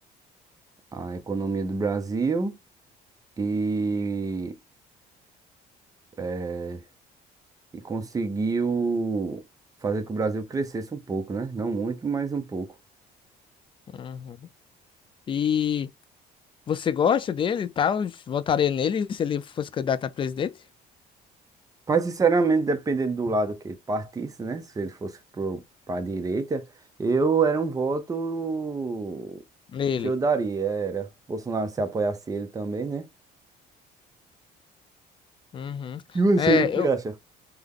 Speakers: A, on the right; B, on the left.
A: a economia do Brasil e, eh, e conseguiu fazer que o Brasil crescesse um pouco, né? Não muito, mas um pouco.
B: Uhum. E você gosta dele e tal? Votaria nele se ele fosse candidato a presidente?
A: Mas, sinceramente, dependendo do lado que ele partisse, né? Se ele fosse para a direita, eu era um voto
B: Nele.
A: que eu daria. Era Bolsonaro se apoiasse ele também, né?
B: Uhum.
A: E você,
B: É,
A: o que
B: eu,
A: acha?